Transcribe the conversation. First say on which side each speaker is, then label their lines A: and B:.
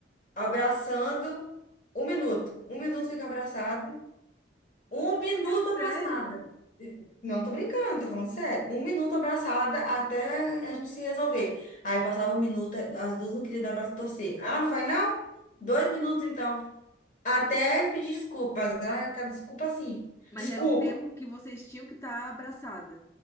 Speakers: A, on the left; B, on the left.
A: abraçando, um minuto, um minuto fica abraçada, um minuto
B: É sério?
A: abraçada. Não tô brincando, tô falando sério. Um minuto abraçada até a gente se resolver. Aí passava um minuto, as duas não queriam dar abraço e torcer. Ah, não vai não? Dois minutos então. Até pedir desculpas, né? Aquela desculpa assim.
B: Mas
A: Desculpa.
B: era um tempo que vocês tinham que estar abraçada.